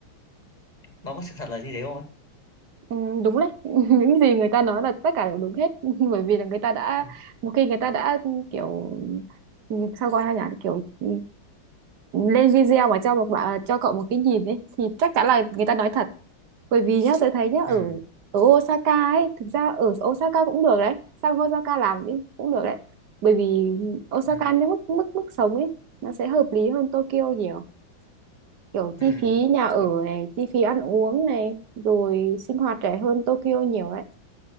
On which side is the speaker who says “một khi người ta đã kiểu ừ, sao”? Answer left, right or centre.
Right